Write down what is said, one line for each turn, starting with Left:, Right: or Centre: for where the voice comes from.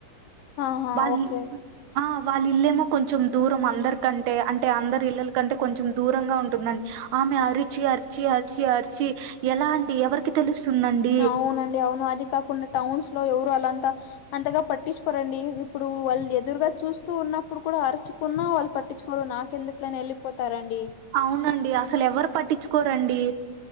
Left: ఆహా
Right: వాళ్
Left: ఓకే
Right: ఆ వాళ్ళ ఇళ్లేమో కొంచెం దూరం అందరికంటే అంటే అందరి ఇల్లల కంటే కొంచెం దూరంగా ఉంటుందం ఆమె అరిచి అరిచి అరిచి అరిచి ఎలాండి ఎవరికి తెలుస్తుందండి
Left: అవునండి అవును అది కాకుండా టౌన్స్ లో ఎవరు అలాంత అంతగా పట్టించుకోరండి ఇప్పుడు వాళ్ళు ఎదురుగా చూస్తూ ఉన్నప్పుడు కూడ అరచు కున్నా వాళ్ళు పట్టించుకోరు నాకెందుకులే అని వెళ్ళిపోతారండి.
Right: అవునండి అసలు ఎవరు పట్టించుకోరండి